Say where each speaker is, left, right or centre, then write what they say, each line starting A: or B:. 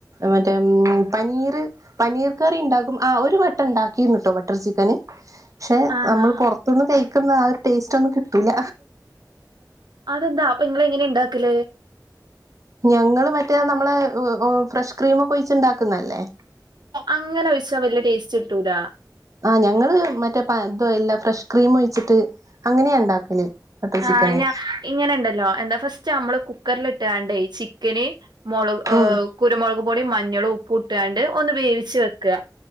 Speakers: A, on the right (about 50°); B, on the right (about 75°).
A: മറ്റേ പനീര് പനീർ കറി ഉണ്ടാക്കും ആ ഒരു ബട്ട ഉണ്ടാക്കിന്ന് കേട്ടോ ബട്ടർ ചിക്കന് പക്ഷെ
B: ആണോ
A: നമ്മൾ പുറത്തുനിന്ന് കഴിക്കുന്ന ആ ഒരു ടേസ്റ്റ് ഒന്നും കിട്ടൂല
B: അതെന്താ അപ്പൊ ഇങ്ങൾ ങ്ങനെ ഇണ്ടാക്കൽ
A: ഞങ്ങള് മറ്റേ നമ്മളെ ഫ്രഷ് ക്രീമൊക്കെ ഒഴിച്ചുണ്ടാക്കുന്നല്ലേ
B: അങ്ങനെ ഒഴിച്ചു വല്യ ടേസ്റ്റ് കിട്ടൂല
A: ആഹ് ഞങ്ങള് മറ്റേ ഇത എല്ലാ ഫ്രഷ് ക്രീം ഒഴിച്ചിട്ട് അങ്ങനെയ ഉണ്ടാക്കല് ബട്ടർ ചിക്കന്
B: ആ ഞ ഇങ്ങനെുണ്ടല്ലോ എന്താ ഫസ്റ്റ് നമ്മള് കുക്കറൽ ഇട്ടണ്ടേ ക്കന് മുളക്
A: ഉം
B: കുരുമുളക് പൊടിയ മഞ്ഞളും ഉപ്പ് ഇട്ടുകാണ്ട് ഒന്ന് വേവിച്ച് വെക്കുക